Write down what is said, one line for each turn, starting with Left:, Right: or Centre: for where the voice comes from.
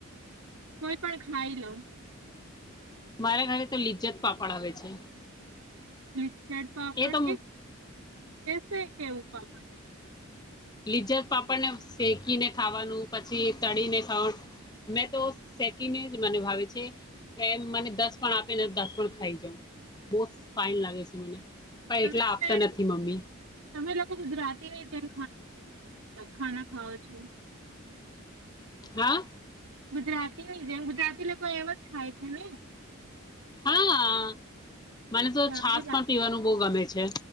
Right: કોઈ પણ ખાઈ લઉં
Left: મારા ઘરે તો લિજ્જત પાપડ આવે છે.
Right: લિજ્જત પાપડ
Left: એ તો
Right: એક એસે કે એવું પાપડ
Left: લિજ્જત પાપડને શેકીને ખાવાનું પછી તળીને ખાવાનું મેં તો શેકીને જ મને ભાવે છે, કે મને દસ પણ આપેને દસ પણ ખાઈ જાઉ બોવ ફાઈન લાગે છે, મને પણ
Right: તમે
Left: એટલા
Right: લોકો
Left: આપતા નથી મમ્મી
Right: તમે લોકો ગુજરાતીની તેમ ખાના ખાવ છો?
Left: હા.
Right: ગુજરાતીની જેમ ગુજરાતી લોકો એવું જ ખાય છે ને?
Left: હા, મને તો
Right: સારું
Left: છાસ
Right: લાગે.
Left: પણ પીવાનું બહુ ગમે છે.